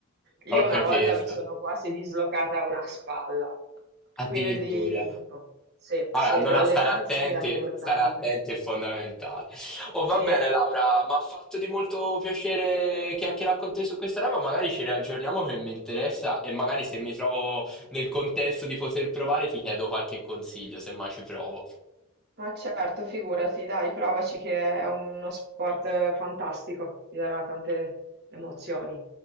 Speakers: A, on the right; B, in the centre.
A: Io
B: ho
A: una
B: capito.
A: volta mi sono quasi dislocata una spalla,
B: Addirittura.
A: quindi boh, sì,
B: Vabbè,
A: sì,
B: allora
A: l'allenarsi
B: stare attenti,
A: è importante.
B: stare attenti è fondamentale. Oh,
A: Sì.
B: va bene, Laura, mi ha fatto di molto piacere chiacchierare con te su questa roba. Magari ci riaggiorniamo che mi interessa e magari se mi trovo nel contesto di poter provare ti chiedo qualche consiglio, se mai ci provo.
A: Ma certo, figurati, dai, provaci che è uno sport eh, fantastico, ti darà tante emozioni.